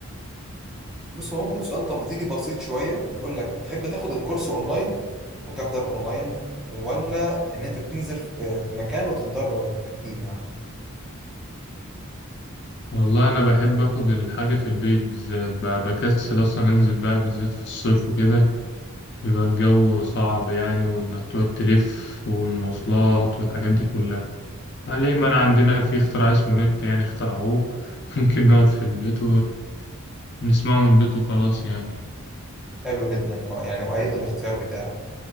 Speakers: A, in the centre; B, on the left (about 50°).
A: بص هو ممكن سؤال تفضيلي بسيط شوية يقول لك تحب تاخد الكورس أونلاين وتحضر أونلاين ولا إن أنت تنزل في في مكان وتتدرب فيه يعني
B: والله أنا بحب أخد الحاجة في البيت بالذات ب- بكسل أصلا أنزل بقى بالذات في الصيف وكده بيبقى الجو صعب يعني وإنك تقعد تلف والمواصلات والحاجات دي كلها ليه ما أنا عندنا في اختراع اسمه نت يعني اخترعوه <laughs> ممكن نقعد في البيت بنسمعه من البيت وخلاص يعني
A: حلو جدا آه، يعني أؤيد الاختيار بتاعك